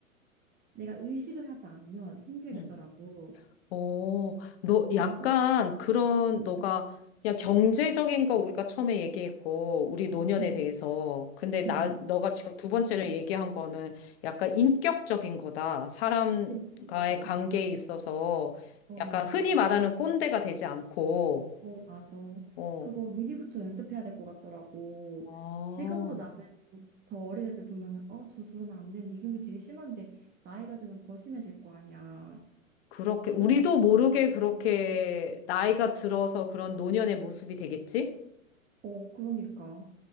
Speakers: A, on the right; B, on the left.
A: 내가 의식을 하지 않으면 힘들겠더라고.
B: 음. 어, 너
A: 그래서,
B: 약간 그런
A: 음,
B: 너가 그냥 경제적인 거 우리가 처음에 얘기했고 우리 노년에
A: 음,
B: 대해서 근데
A: 음.
B: 나 너가 지금 두 번째로 얘기한 거는 약간 인격적인 거다. 사람과의
A: 지금, 맞아.
B: 관계에 있어서
A: 어,
B: 약간 흔히 말하는 꼰대가 되지 않고
A: 어, 맞아.
B: 어.
A: 그거 미리부터 연습해야 될 것 같더라고.
B: 아,
A: 지금도 나는 더 어린 애들 보면은, 어, 저 저러면 안 되는데, 이런 게 되게 심한데, 나이가 들면 더 심해질 거 아니야.
B: 그렇게 우리도
A: 그래,
B: 모르게 그렇게 나이가 들어서 그런 노년의 모습이 되겠지?
A: 어, 그러니까.